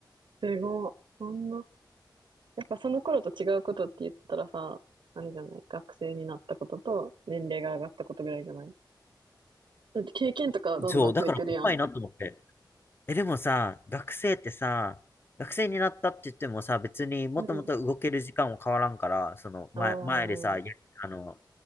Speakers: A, on the right; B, on the left.
A: すごい。そんな。やっぱその頃と違うことって言ったらさ、あれじゃない。学生になったことと年齢が上がったことぐらいじゃない。だって経験とかどんどん増えてるやん。
B: そう、だから怖いなと思って。え、でもさ、学生ってさ、学生になったって言ってもさ、別にもともと動ける時間も変わらんから、
A: うん。
B: その前、
A: ああ、
B: 前でさ、やあの、